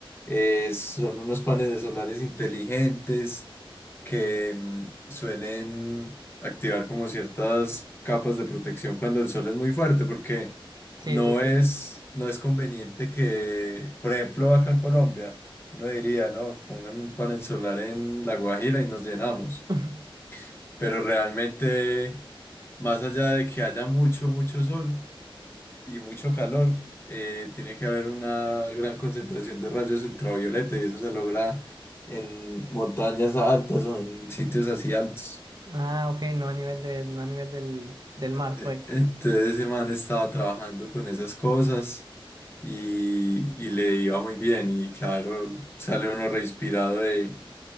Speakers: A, on the left (about 25°); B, on the right (about 45°).
A: es- son unos paneles solares inteligentes que mm, suelen activar como ciertas capas de protección cuando el sol es muy fuerte, porque
B: Sí,
A: no
B: sí, sí.
A: es, no es conveniente que, por ejemplo, acá en Colombia, uno diría, no, pongan un panel solar en La Guajira y nos llenamos
B: <laughs>
A: pero realmente, más allá de que haya mucho, mucho sol y mucho calor, eh, tiene que haber una gran concentración de rayos ultravioleta y eso se logra en montañas altas o en sitios así altos.
B: Ah, ok, no a nivel de, no a nivel del, del mar,
A: E-
B: pues.
A: Entonces ese man estaba trabajando con esas cosas y, y le iba muy bien y claro, sale uno reinspirado de,